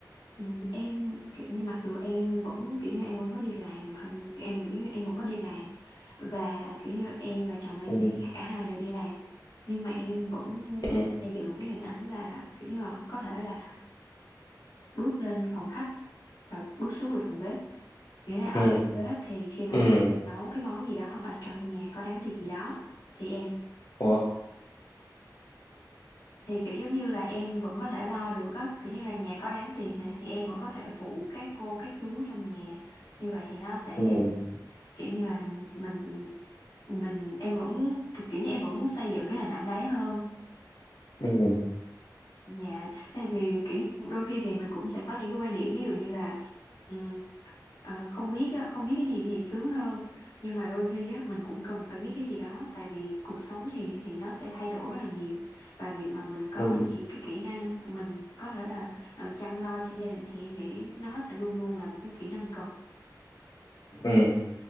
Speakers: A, on the left (about 85°); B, on the left (about 60°).
A: ừm, em kiểu như mặc dù em vẫn kiểu như em vẫn có đi làm hằng em kiểu như em vẫn có đi làm và kiểu như là em và chồng em
B: ừ
A: thì cả hai đều đi làm nhưng mà em vẫn muốn
B: ừ
A: xây dựng một cái hình ảnh là kiểu như là có thể là bước lên phòng khách và bước xuống được phòng bếp nghĩa là ở
B: ừ
A: trong bếp thì khi mà
B: ừ
A: nấu cái món gì đó hoặc là trong nhà có đám tiệc gì đó thì em
B: ủa
A: thì kiểu giống như là em vẫn có thể lo được á kiểu như là nhà có đám tiệc nè thì em vẫn có thể phụ các cô các chú trong nhà như vậy thì nó sẽ
B: ừ
A: kiểu như là mình mình em vẫn kiểu như em vẫn muốn xây dựng cái hình ảnh đấy hơn
B: ừ
A: Dạ, tại vì kiểu như đôi khi thì mình cũng sẽ có những cái quan điểm ví dụ như là ừm, ờ, không biết á, không biết cái gì thì sướng hơn nhưng mà đôi khi á, mình cũng cần phải biết cái gì đó tại vì cuộc sống thì thì nó sẽ thay đổi rất là nhiều và việc mà mình có
B: ừ
A: nhiều cái kỹ năng mình có thể là ờ, chăm lo cho gia đình thì em nghĩ nó sẽ luôn luôn là một cái kỹ năng cần
B: ừ